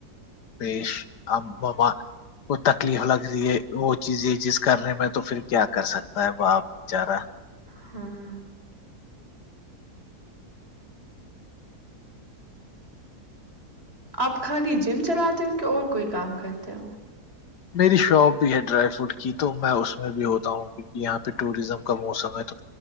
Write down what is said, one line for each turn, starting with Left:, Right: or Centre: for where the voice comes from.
Left: <unintelligible> وہ تکلیف لگ رہی ہے وہ چیز یہ چیز کرنے میں تو پھر کیا کر سکتا ہے باپ بیچارہ
Right: ہوں آپ خالی جم چلاتے ہو کہ اور کوئی کام کرتے ہو
Left: میری شوپ بھی ہے ڈرائی فروٹ کی تو میں اس میں بھی ہوتا ہوں کیونکہ یہاں پہ ٹوریزم کا موسم ہے تو